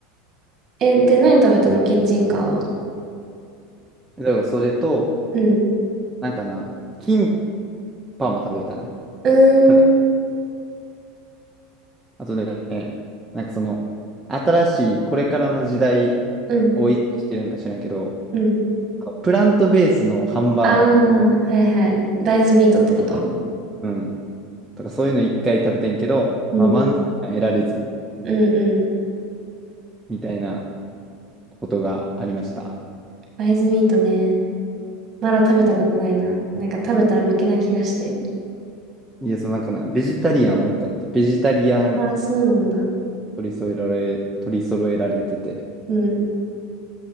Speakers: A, on the right; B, in the centre.
A: え、で、何食べたのキッチンカーは。
B: だからそれと、
A: うん。
B: なんかな、キンパも食べたな。
A: うーん。
B: たあとね、なんかその、新しい、これからの時代
A: うん。
B: を意識してるんか知らんけど、
A: うん。
B: プラントベースのハンバーガーとか、
A: ああ、はいはい。
B: お
A: 大豆ミートってこと。
B: うん、とかそういうの一回食べてんけど、
A: うん。
B: まあ満足感得られず、
A: うんうん。
B: みたいなことがありました。
A: 大豆ミートね。まだ食べたことないな。なんか食べたら負けな気がして。
B: いや、そうなんかな、ベジタリアン多かった。ベジタリアン
A: ああ、そうなんだ。
B: 取り揃えられ、取り揃えられてて。
A: うん。